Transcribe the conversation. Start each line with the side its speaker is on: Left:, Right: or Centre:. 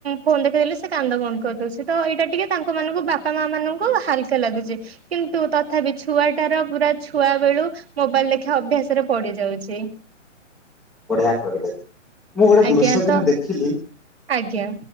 Right: ଫୋନ ଦେଖେଇ ଦେେଲେ ସେ କାନ୍ଦ ବନ୍ଦ କରିଦଉଛି ତ ଏଇଟା ଟିକେ ତାଙ୍କ ମାନଙ୍କୁ ବାପା ମା ମାନଙ୍କୁ ହାଲକା ଲାଗୁଛି କିନ୍ତୁ ତଥାପି ଛୁଆଟାର ପୁରା ଛୁଆ ବେଳୁ ମୋବାଇଲ ଲେଖିବା ଅଭ୍ୟାସରେ ପଡି ଯାଉଛି।
Centre: ବଢିଆ କ ମୁଁ ଗୋଟେ ଦୃଶ୍ୟ
Right: ଆଜ୍ଞା
Centre: ଦିନ
Right: ତ
Centre: ଦେଖିଲି
Right: ଆଜ୍ଞା